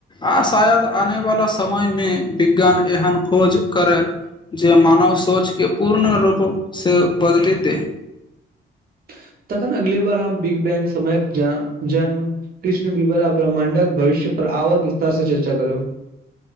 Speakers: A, on the left (about 25°); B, on the right (about 50°).
A: आ शायद आने वाला समय मे विज्ञान एहन खोज कर करै जे मानव सोचके पूर्ण रूपसँ बदलि दए
B: <unintelligible> अखन अगले बार हम बिग बैंग समयक जन जन्म कृष्ण विवर आ ब्रह्मण्डक भवष्य पर आ और विस्तार से चर्चा करब